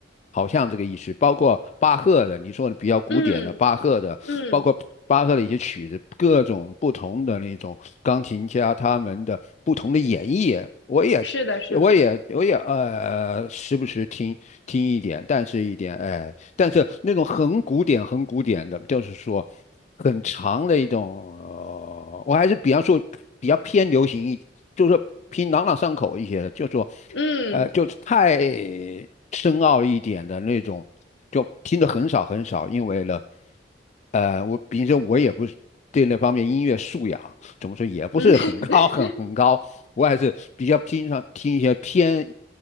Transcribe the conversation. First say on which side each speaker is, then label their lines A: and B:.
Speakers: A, on the left; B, on the left.
A: 好像这个意思，包括巴赫的，你说的比较古典的巴赫的，
B: 嗯嗯
A: 包括。巴赫的一些曲子，各种不同的那种钢琴家他们的不同的演绎，我也
B: 是的，是的，
A: 我也我也呃，
B: 是的，
A: 时不时听听一点，但是一点哎，但是那种很古典、很古典的，就是说很长的一种，呃我还是比方说比较偏流行一，就是说偏朗朗上口一些的，就是说
B: 嗯
A: 呃，就是太深奥一点的那种，就听得很少很少，因为呢。呃，我比如说，我也不是对那方面音乐素养怎么说也不是很高很很高，
B: 嗯，<laughs>
A: 我还是比较偏上听一些偏，